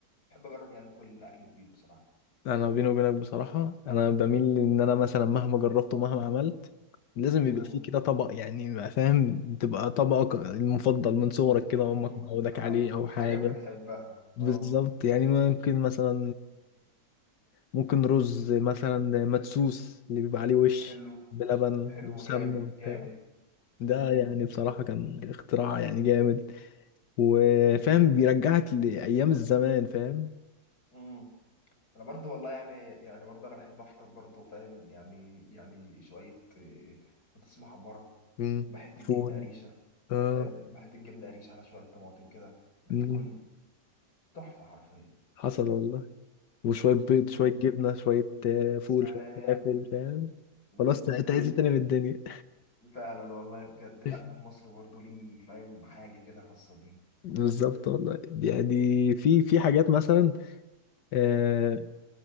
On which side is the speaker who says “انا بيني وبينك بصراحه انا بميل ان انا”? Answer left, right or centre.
Left